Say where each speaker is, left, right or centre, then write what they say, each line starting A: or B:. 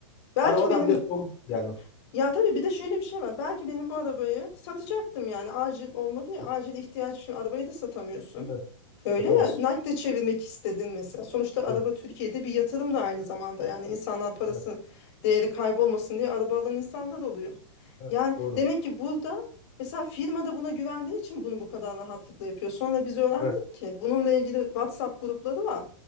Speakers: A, on the left; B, on the left.
A: Belki
B: Arabadan
A: benim
B: bile sorumsuz yani.
A: Ya tabii bir de şöyle bir şey var. Belki benim bu arabayı satacaktım yani acil olmadı ya
B: Evet,
A: acil ihtiyaç için arabayı da satamıyorsun.
B: evet.
A: Öyle
B: Satamaz.
A: ya nakde çevirmek istedin mesela. Sonuçta araba
B: evet,
A: Türkiye'de bir yatırım da aynı zamanda. Yani insanlar parası
B: evet,
A: değeri kaybolmasın diye araba alan insanlar oluyor.
B: evet,
A: Yani
B: Doğru.
A: demek ki burada mesela firma da buna güvendiği için bunu bu kadar rahatlıkla yapıyor. Sonra biz öğrendik
B: evet,
A: ki bununla ilgili WhatsApp grupları var.